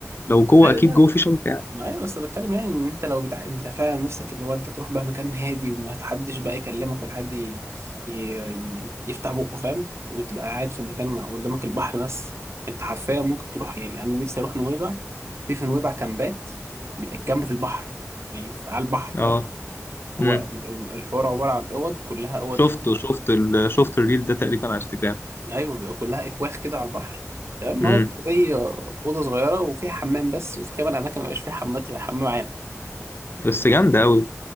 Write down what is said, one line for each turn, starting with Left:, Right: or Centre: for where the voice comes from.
Left: لو جوه
Right: لا لا
Left: اكيد جوه في شبكه يعني
Right: ما ايوه بس بتكلم يعني ان انت لو بتع... انت فعلا نفسك اللي هو انت تروح بقى مكان هادي وما حدش بقى يكلمك ولا حد ي... ي... ي- يفتح بقه فاهم وتبقى قاعد في مكان مع- قدامك البحر بس انت حرفيا ممكن تروح يعني انا نفسي اروح نويبع في في نويبع كامبات بيبقى الكامب في البحر يعني في- على البحر فاهم
Left: اه امم
Right: هو ال- الحوار عبارة عن اوض كلها اوض
Left: شفته شفت ال... شفت الريل ده تقريبا على انستجرام
Right: ايوه بيبقى كلها اكواخ كده على البحر تمام
Left: امم
Right: هو زي اوضه صغيره وفيها حمام بس وفي كمان اماكن ما بيبقاش فيها حمام تبقى حمام عام
Left: بس جامدة أوي